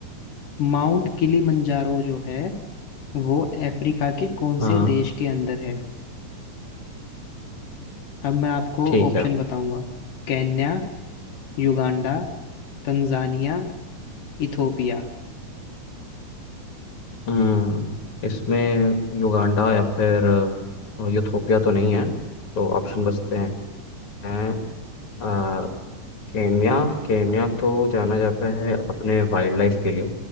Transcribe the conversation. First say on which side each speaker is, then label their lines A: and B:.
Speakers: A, on the left; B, on the left.
A: माउंट किलीमंजारो जो है वो अफ्रीका के कौन
B: हाँ
A: से देश के अंदर है अब मैं आपको
B: ठीक
A: ऑप्शन
B: है
A: बताऊंगा Kenya Uganda Tanzania Ethiopia
B: हम्म इसमें युगांडा या फिर अ, यूथोपिया तो नहीं है तो ऑप्शन बचते हैं अ, केन्या केन्या तो जाना जाता है अपने वाइल्ड लाइफ के लिए